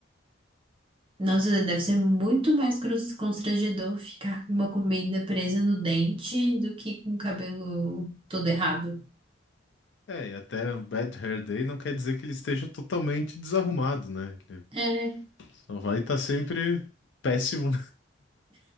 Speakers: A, on the right; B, on the left.
A: nossa, deve ser muito mais crus- constrangedor ficar com uma comida presa no dente do que com o cabelo todo errado.
B: É, e até um bad hair day não quer dizer que ele esteja totalmente desarrumado, né? Ele
A: É.
B: só vai estar sempre péssimo.